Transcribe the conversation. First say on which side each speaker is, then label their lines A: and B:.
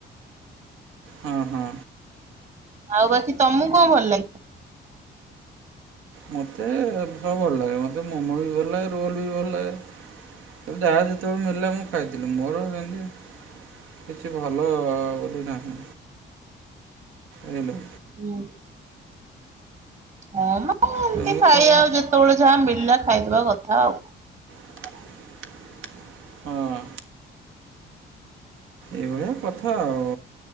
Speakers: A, on the right; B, on the right.
A: ହଁ ହଁ।
B: ଆଉ ବାକି ତମକୁ କଣ ଭଲ ଲାଗେ?
A: ମୋତେ ସବୁ ଭଲ ଲାଗେ ମୋତେ ମୋମୋ ବି ଭଲ ଲାଗେ ରୋଲ୍ ବି ଭଲ ଲାଗେ। ତ ଯାହା ଯେତେବେଳେ ମିଳିଲା ମୁଁ ଖାଇଦେଲି ମୋର ସେମିତି କିଛି ଭଲ ବୁଦ୍ଧି ନାହିଁ ଏଇନା।
B: ହୁଁ। ହଁ ମ ଏମିତି
A: ତେଣୁ
B: ଖାଇବା
A: ତ ମୁଁ
B: ଆଉ ଯେତେବେଳେ ଯାହା ମିଳିଲା ଖାଇଦବା କଥା ଆଉ।
A: <inaudible> ହଁ। ଏଇଭଳିଆ କଥା ଆଉ।